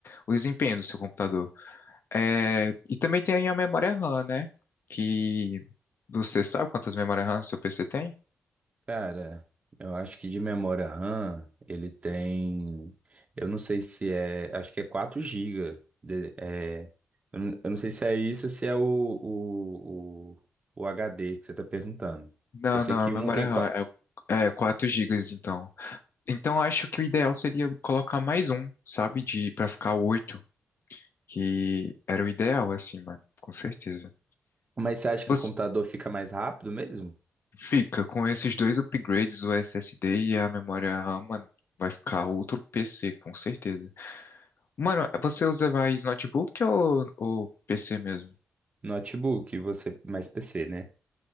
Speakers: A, on the left; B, on the right.
A: o desempenho do seu computador. É, E também tem aí a memória RAM, né? Que você sabe quantas memórias RAM seu PC tem?
B: Cara, eu acho que de memória RAM ele tem. Eu não sei se é. Acho que é 4 gigas de- é, eu não eu não sei se é isso ou se é o, o, o, o HD que você está perguntando.
A: Não,
B: Eu sei
A: não,
B: que
A: a memória
B: um tem.
A: RAM
B: qua-
A: é, é 4 GB, então. Então, eu acho que o ideal seria colocar mais um, sabe, de para ficar 8 que era o ideal, assim, mano, com certeza.
B: Mas você acha
A: Você-
B: que o computador fica mais rápido mesmo?
A: Fica com esses dois upgrades, o SSD e a memória RAM, mano. Vai ficar outro PC, com certeza. Mano, você usa mais notebook ou, ou PC mesmo?
B: Notebook, você mais PC, né?